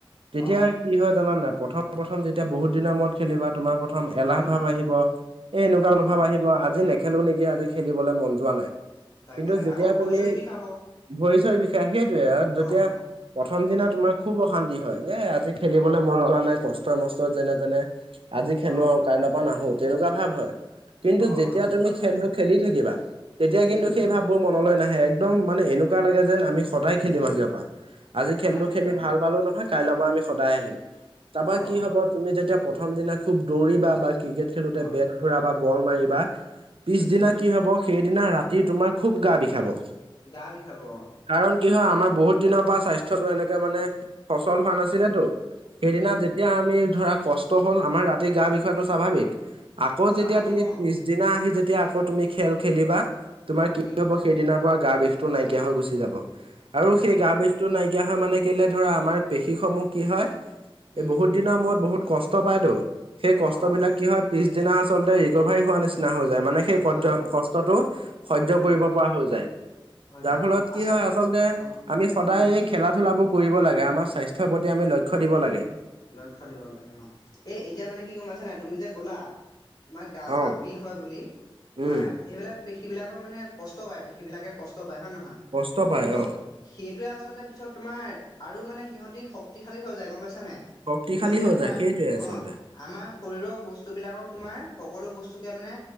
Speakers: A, on the right; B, on the left.
A: তেতিয়া
B: অ
A: কি হয় জানা নাই প্ৰথম প্ৰথম যেতিয়া বহুত দিনৰ মূৰত খেলিবা তোমাৰ প্ৰথম এলাহ
B: উম
A: ভাব আহিব এ এনেকুৱা এলাহ
B: অ
A: ভাৱ আহিব আজি নেখেলো নেকি আজি খেলি দ মন যোৱা
B: অ
A: নাই
B: তাকে
A: কিন্তু
B: তাকে
A: যেতিয়া
B: আকৌ ভৰি
A: তুমি
B: চৰি বিষাব অ
A: ভৰি চৰি সেইটোয়ে যেতিয়া
B: অ অ
A: প্ৰথম দিনা তোমাৰ খুব অশান্তি হয় এ আজি খেলিবলে
B: অ
A: মন যোৱা নাই কষ্ট মষ্টত যেনে তেনে আজি খেলো
B: অ
A: আৰু কাইলৈৰ পৰা নাহো তেনেকুৱা ভাৱ হয় <unintelligible> কিন্তু
B: অ
A: যেতিয়া
B: অ তেনেকুৱা
A: তুমি
B: হয়
A: খেলটো
B: বাৰু
A: খেলি থাকিবা তেতিয়া কিন্তু
B: উম
A: সেই ভাববোৰ মনলৈ নাহে একদম মানে এনেকুৱা লাগে যেন আমি সদায় খেলিম
B: উম
A: আজিৰ পৰা আজি
B: সদায়
A: খেলো
B: খেলিম
A: খেলি
B: অ
A: ভাল পালো নহয় কাইলৈৰ পৰা আমি সদায় আহিম। তাৰপৰা
B: অ
A: কি
B: অ
A: হব তুমি যেতিয়া প্ৰথম দিনা খুব দৌৰিবা বা ক্ৰিকেট খেলোতে
B: অ
A: বেট ঘূৰাবা বল মাৰিবা পিছদিনা
B: উম উম
A: কি হব সেইদিনা ৰাতি তোমাৰ খুব গা বিষাব
B: গা বিষাব অ
A: কাৰণ কি হয় আমাৰ বহুত দিনৰ পৰা স্বাস্থ্যতো এনেকে মানে ফচল হোৱা নাছিলেতো
B: উম
A: সেইদিনা
B: উম উম
A: যেতিয়া আমি ধৰা কষ্ট হ'ল আমাৰ ৰাতি গা বিষওৱাটো স্বাভাৱিক আকৌ
B: স্বাভাৱিক
A: যেতিয়া তুমি
B: অ
A: ত্ৰিছ দিনা আহি যেতিয়া আকৌ তুমি খেল খেলিবা তোমাৰ কি
B: উম
A: হব সেইদিনাৰ পৰা গা বিষতটো নাইকিয়া হৈ গুচি যাব। আৰু
B: নাইকিয়া
A: সেই
B: হ'ব
A: গা বিষটো নাইকিয়া হয় মানে কেলে ধৰা আমাৰ পেশী সমূহ কি হয়। এই
B: উম
A: বহুত দিনৰ মূৰত বহুত কষ্ট পায়তো সেই কষ্ট
B: অ
A: বিলাক কি হয়। পিছদিনা আচলতে ৰিকভাৰী হোৱা নিচিনা হৈ যায় মানে। সহ্য
B: হয় হয়
A: কষ্টতটো সহ্য
B: হয় উম
A: কৰিব পৰা হৈ যায়।
B: হৈ
A: যাৰ
B: যায়
A: ফলত কি
B: আচ
A: হয় আচলতে
B: অ
A: আমি সদায়
B: উম
A: এই খেলা ধূলাবোৰ। কৰিব লাগে আমাৰ স্বাস্থ্যৰ প্ৰতি আমি লক্ষ্য দিব লাগে।
B: লক্ষ্য দিব লাগে অ এই এতিয়া মানে কি গম পাইছানাই তুমি যে ক'লা তোমাৰ গা চা
A: অ',
B: বিষ হয় বুলি তোমাৰ
A: উম,
B: সেইবিলাক সেইবিলাকৰ মানে কষ্ট পায় সেইবিলাকে কষ্ট পায় হয় নহয়
A: কষ্ট পায়
B: কিন্তু
A: অ',
B: সেইটোৱে। পিছতলে পিছত তোমাৰ আৰু মানে সিহঁতি শক্তিশালী হৈ যায় গম পাইছা নাই
A: শক্তিশালী
B: সিহঁতে
A: হৈ
B: তোমাৰ
A: যায় সেইটোৱে আচলতে
B: অ', আমাৰ শৰীৰৰ বস্তুবিলাকক তোমাৰ সকলো বস্তুকে মানে